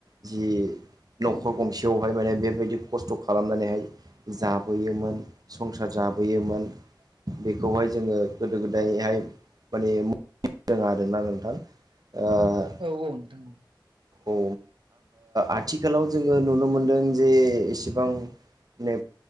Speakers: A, on the right; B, on the right.
A: जि
B: औ
A: न'खर गंसे। जवहाय माने बेबायदि खस्थ' खालामनानैहाय जाबोयोमोन। संसार जाबोयोमोन बेखौहाय जोङो गोदो गोदायहाय। माने रोङा आर ना नोंथां <unintelligible>
B: औ औ नोंथां औ।
A: औ आथिखालाव जोङो नुनो मोनदों जे एसेबां माने